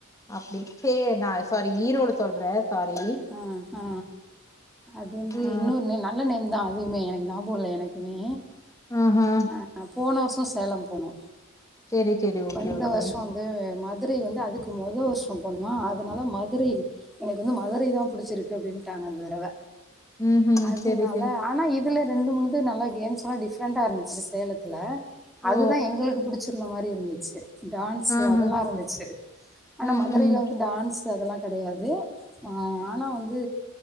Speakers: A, on the left; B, in the centre.
A: அப்டி சே நா சாரி ஈரோடு சொல்றே சாரி.
B: ம்ஹு அது வந்து
A: ஆ
B: இன்னொரு நேம் நல்ல நேம்தா அதுவுமே எனக்னா நாபோ இல்ல எனக்குமே
A: ஆஹா
B: அ போன வர்ஷோ சேலம் போனோ.
A: சேரி சேரி ஓகே
B: வ இந்த
A: ஓகே
B: வர்ஷோ வந்து மதுரை வந்து அதுக்கு மொதோ வர்ஷ் ம் போனமா அதுனால மதுரை எனக்கு வந்து மதுரைதா புடிச்சிருக்கு அப்டின்ட்டாங்க இந்த தடவ.
A: ம் ம்
B: அதுனால
A: சேரி சேரி
B: ஆனா இ துல ரெண்டு மூணு இது நல்லா கேம்ஸ்லா இருந்துச்சு ச சேலத்துல அதுதா
A: ஓ
B: எங்களுக்கு புடி ச்சுருந்த மாரி இருந்துச்சு. டான்ஸு
A: ஆஹா
B: அதல்லா இருந்துச்சு ஆனா
A: ம்
B: மதுரைல
A: ம்
B: வந்து டான்ஸு அதல்லா கெடையாது. ஆ ஆனா வந்து